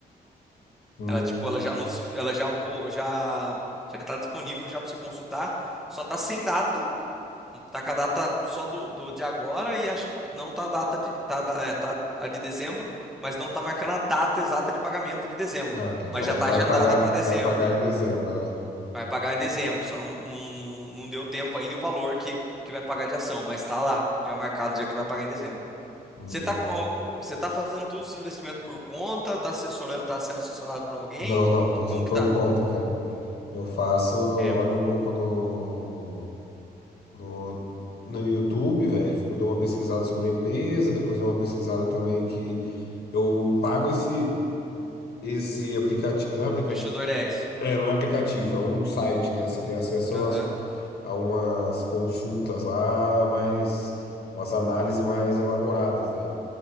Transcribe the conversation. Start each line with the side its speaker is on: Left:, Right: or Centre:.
Left: hum.
Centre: Ela, tipo, ela já anunciou, ela já, pô, já, já tá disponível já para você consultar. Só tá sem data Tá com a data só do, do- de agora e acho que não tá a data de, tá, da- é, tá a de dezembro, mas não tá marcando a data exata de pagamento de dezembro.
Left: Ah, tá.
Centre: Mas
Left: Falou
Centre: já tá
Left: que vai
Centre: agendada
Left: pagar,
Centre: para dezembro,
Left: vai pagar
Centre: é.
Left: em dezembro, né?
Centre: Vai pagar em dezembro, só não, não- não- não deu tempo ainda o valor que, que vai pagar de ação, mas tá lá, já marcado já que vai pagar em dezembro.
Left: Hum.
Centre: Você tá com, al- co- você tá fazendo todos os seus investimentos por conta, tá assessorando, tá sendo assessorado por alguém?
Left: Não, não, tô
Centre: Como
Left: fazendo
Centre: que
Left: por
Centre: tá?
Left: conta, cara. Eu faço, olho
Centre: É, por
Left: um pouco no, no, no YouTube, velho. fico- Dou uma pesquisada sobre a empresa, depois dou uma pesquisada também que eu pago esse, esse aplicativo. Não é aplicativo.
Centre: investidor dez
Left: É, não é aplicativo, é um site, né? Você tem acesso
Centre: Aham,
Left: às- a umas consultas lá, mas umas análises mais elaboradas daí.